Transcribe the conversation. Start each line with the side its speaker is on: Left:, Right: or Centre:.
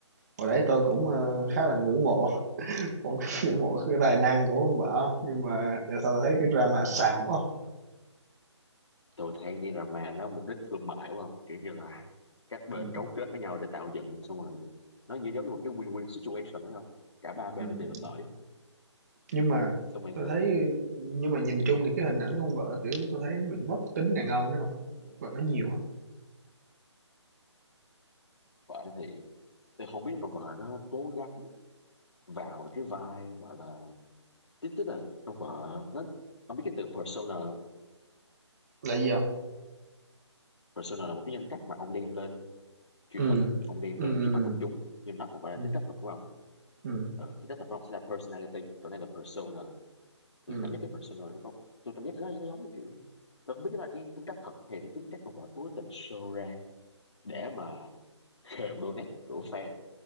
Right: hồi đấy tôi cũng, ơ, khá là ngưỡng mộ, <laughs> cũng ngưỡng mộ cái tài năng của ông vợ, không? nhưng mà giờ sau thấy cái drama xàm
Left: Mà tôi
Right: quá hông.
Left: tôi thấy đi là mà nó mục đích thương mại đúng không kiểu như là các bên
Right: Ừm,
Left: cấu kết với nhau để tạo dựng xong rồi nó như giống như một cái win-win situation đấy không cả ba bên
Right: ừm,
Left: đều được lợi
Right: nhưng mà
Left: xong rồi
Right: tôi
Left: người
Right: thấy nhưng mà nhìn chung thì cái hình ảnh con vợ, kiểu, tôi thấy nó bị bất tính đàn ông đó không và nó nhiều á.
Left: vợ thì tôi không biết là con vợ nó cố gắng vào cái vai gọi là tức tức là con vợ nó ông biết cái từ persona không?
Right: Là gì không
Left: persona là một cái nhân cách mà ông đem lên truyền
Right: Ừm,
Left: hình ông đem
Right: ừm,
Left: lên
Right: ừm,
Left: trước mặt công chúng nhưng nó không phải là
Right: ừm,
Left: tính cách thật của ông
Right: ừm, ừm,
Left: ừ, tính cách thật của ông sẽ là personality còn đây là persona thì
Right: ừm,
Left: cảm giác cái persona nó có tôi cảm giác nó nó giống như kiểu tôi không biết đó là cái tính cách thật hay cái tính cách mà họ cố tình show ra để mà khều donate của fan